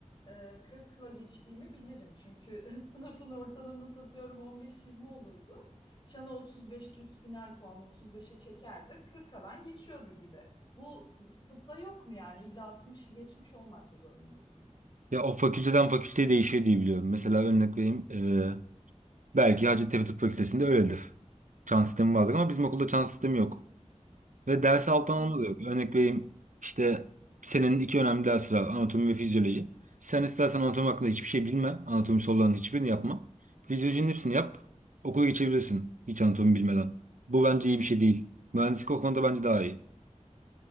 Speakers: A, on the left; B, on the right.
A: e, 40'la geçtiğimi bilirim. Çünkü <laughs> sınıfın ortalaması atıyorum 15-20 olurdu. Çana 35 düz final puanı 35'e çekerdi. 40 alan geçiyordu gibi. Bu tıpta yok mu yani? İlla 60'ı geçmiş olmak mı zorundasın?
B: Ya o fakülteden fakülteye değişiyor diye biliyorum. Mesela örnek vereyim. eee, belki Hacettepe Tıp Fakültesi'nde öyledir. Çan sistemi vardır ama bizim okulda çan sistemi yok. Ve ders alttan
A: Hmm.
B: alma da yok. Örnek vereyim işte senin iki önemli dersi var. Anatomi ve fizyoloji. Sen istersen anatomi hakkında hiçbir şey bilme. Anatomi sorularının hiçbirini yapma. Fizyolojinin hepsini yap. Okula geçebilirsin hiç anatomi bilmeden. Bu bence iyi bir şey değil. Mühendislik o konuda bence daha iyi.